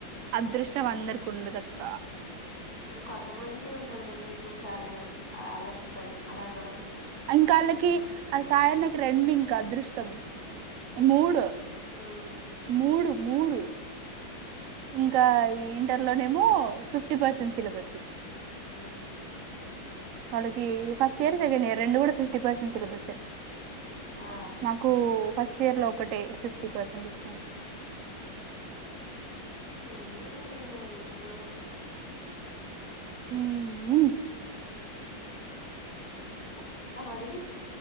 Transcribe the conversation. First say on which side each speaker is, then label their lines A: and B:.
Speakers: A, on the right; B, on the left.
A: అదృష్టం అందరకుండదక్క
B: ఇంకా కొంతమందికిే ఉంటదిలే నీకు సాయిగానికి అళ్ళకు ఉంటది అలాంటి వాళ్కు ఉంటది
A: ఇంకా వాళ్ళకి ఆ సాయన్న కి రెండు ఇంకా అదృష్టం మూడు
B: ఆ
A: మూడు మూడు ఇంకా ఇంటర్ లోనేమో ఫిఫ్టీ పర్సెంట్ సిలబస్
B: ఆ
A: వాళ్ళకి ఫస్ట్ ఇయర్ సెకండ్ ఇయర్ రెండు కూడా ఫిఫ్టీ పర్సెంట్ సిలబస్సే
B: ఆ ఆ
A: నాకు ఫస్ట్ ర్ లో ఒకటే ఫిఫ్టీ పర్సెంట్ వచ్చినది
B: ఏమో లే ఇగ అట్నో గట్ల
A: హ్మ్మ్
B: కష్టపడి